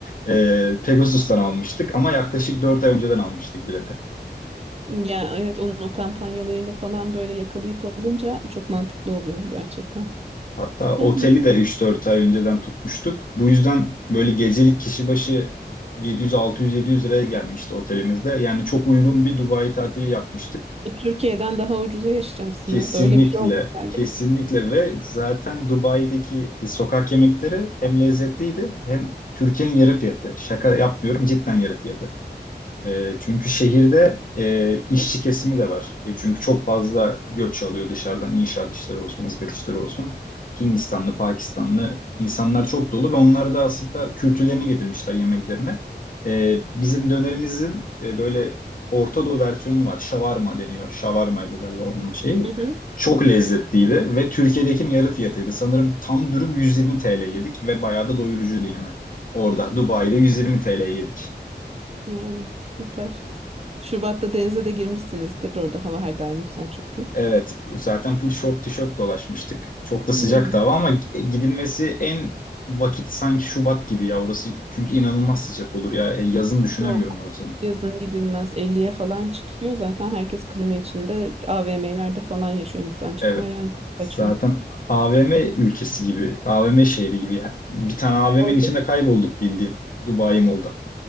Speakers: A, on the left (about 50°); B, on the right (about 35°).
A: E, Pegasus'tan almıştık ama yaklaşık 4 ay önceden almıştık bileti.
B: Ya evet onun o kampanyalarıyla falan böyle yakalayıp alınca çok mantıklı oluyor gerçekten.
A: Hatta
B: Yani
A: oteli de üç dört ay önceden tutmuştuk. Bu yüzden böyle gecelik kişi başı 700, 600, 700 liraya gelmişti otelimizde. Yani çok uygun bir Dubai tatili yapmıştık.
B: e, Türkiye'den daha ucuza yaşamışsın
A: Kesinlikle,
B: orada öyle bir şey olmuş yani.
A: kesinlikle ve zaten Dubai'deki sokak yemekleri hem lezzetliydi hem Türkiye'nin yarı fiyatı. Şaka yapmıyorum, cidden yarı fiyatı. E, çünkü şehirde e, işçi kesimi de var. E, çünkü çok fazla göç alıyor dışarıdan inşaat işleri olsun, hizmet işleri olsun. Hindistanlı, Pakistanlı insanlar çok dolu ve onlar da aslında kültürlerini getirmişler yemeklerine. E, bizim dönerimizin e, böyle Orta Doğu versiyonu var. Şavarma deniyor. Şavarmaydı galiba onun şeyi.
B: Hı hı,
A: Çok lezzetliydi ve Türkiye'dekinin yarı fiyatıydı. Sanırım tam dürüm 120 TL yedik ve bayağı da doyurucuydu yani. Orada Dubai'de 120 TL yedik.
B: <laughs> yani süper. Şubat'ta denize de girmişsinizdir orada hava her daim güzel çünkü.
A: Evet, zaten full short tişört dolaşmıştık. Çok da sıcaktı
B: Yani.
A: hava ama gidilmesi en vakit sanki Şubat gibi ya orası. Çünkü inanılmaz sıcak olur ya. E, Yazın düşünemiyorum
B: Yok.
A: orasını.
B: Yazın gidilmez. 50'ye falan çıkıyor. Zaten herkes klima içinde AVM'lerde falan yaşıyor insancıklar.
A: Evet.
B: Yani çok
A: Zaten
B: saçma.
A: AVM ülkesi gibi, AVM şehri gibi. Bir tane AVM'nin
B: Orada
A: içinde kaybolduk bildiğim. Dubai Mall'da.